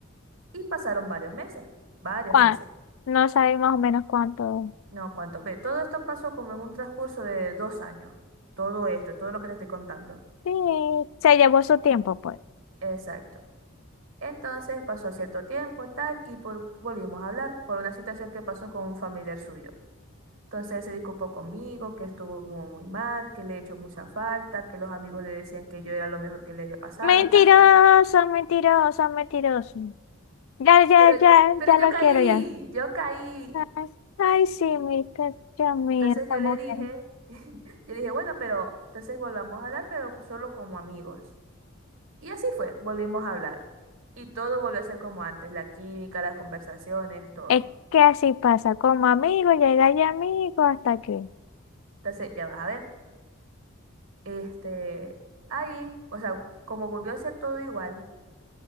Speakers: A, on the right; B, on the left.
A: Y pasaron varios meses, varios
B: ¿Cuán-
A: meses.
B: No sabes más o menos cuánto.
A: No, cuánto. Ve, todo esto pasó como en un transcurso de dos años. Todo esto, todo lo que te estoy contando.
B: Sí, se llevó su tiempo, pues.
A: Exacto. Entonces pasó cierto tiempo, tal, y por, volvimos a hablar por una situación que pasó con un familiar suyo. Entonces él se disculpó conmigo, que estuvo muy, muy mal, que le he hecho mucha falta, que los amigos le decían que yo era lo mejor que le había pasado,
B: Mentiroso,
A: tal, tal. tal.
B: mentiroso, mentiroso. Ya, ya,
A: Pero,
B: ya,
A: pero
B: ya
A: yo
B: lo
A: caí,
B: quiero ya.
A: yo caí.
B: Ay, ay, sí, mi Dios mío,
A: Entonces
B: esta
A: yo
B: mujer.
A: le dije, <laughs> yo le dije, bueno, pero entonces volvamos a hablar, pero solo como amigos. Y así fue, volvimos a hablar. Y todo volvió a ser como antes, la química, las conversaciones, todo.
B: Es que así pasa, como amigo, llega ya amigo hasta aquí.
A: Entonces, ya vas a ver, este, ahí, o sea, como volvió a ser todo igual,